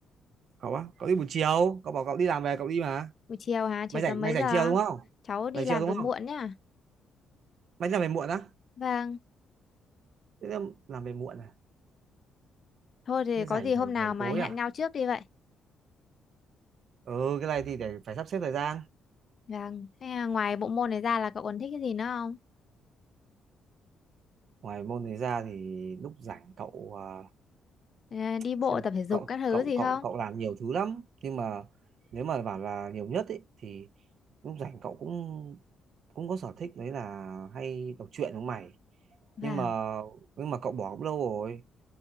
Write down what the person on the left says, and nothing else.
buổi chiều hả chiều
tầm
mấy
giờ
cháu đi
làm
về muộn
nhá
vâng
thôi thì
có
gì hôm
nào
mà
hẹn
nhau trước đi vậy
vâng thế à, ngoài bộ môn này ra là cậu còn thích cái gì nữa không
Ờ, đi bộ
tập
thể dục
các thứ
gì
không
vâng